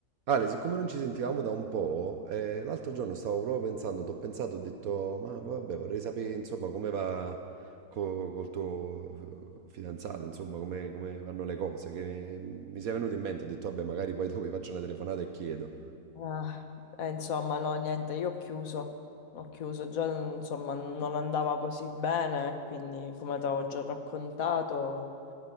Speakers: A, on the right; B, on the left.
A: Ale, siccome non ci sentivamo da un po', eh, l'altro giorno stavo proprio pensando, t'ho pensato, ho detto, ma vabbè, vorrei sapere, insomma, come va co- col tuo eh, fidanzato, insomma, come, come vanno le cose, che mi sei venuto in mente, ho detto, vabbè, magari poi dopo gli faccio una telefonata e chiedo.
B: Ah, eh, insomma, no, niente, io ho chiuso, ho chiuso, già insomma non andava così bene, quindi come ti avevo già raccontato,